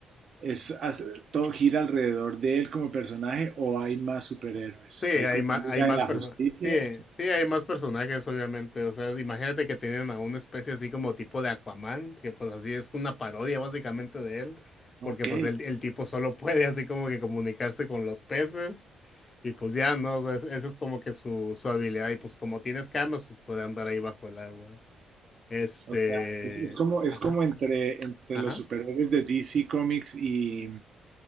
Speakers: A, on the right; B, on the left.
A: es, hace- todo gira alrededor de él como personaje o hay más superhéroes.
B: Sí, hay
A: Hay como
B: más,
A: una
B: hay
A: Liga
B: más
A: de la
B: personas.
A: Justicia.
B: Sí, sí, hay más personajes, obviamente. O sea, imagínate que tienen a una especie así como tipo de Aquaman, que pues así es una parodia básicamente de él,
A: Ok.
B: porque pues el, el tipo solo <laughs> puede así como que comunicarse con los peces y pues ya, ¿no? O sea, es- esa es como que su, su habilidad y pues como tienes camas, pues puede andar ahí bajo el agua. Este...
A: O sea, es, es como, es
B: Ajá,
A: como entre, entre
B: ajá,
A: los superhéroes de DC Comics y,